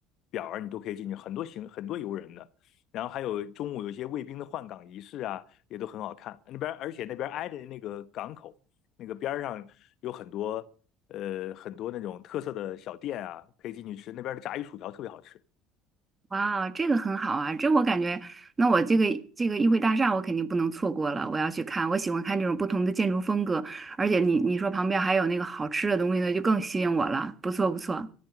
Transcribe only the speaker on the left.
表儿，你都可以进去，很多行很多游人的。然后还有中午有些卫兵的换岗仪式啊，也都很好看。那边而且那边挨着那个港口，那个边儿上有很多呃很多那种特色的小店啊，可以进去吃。那边的炸鱼薯条特别好吃。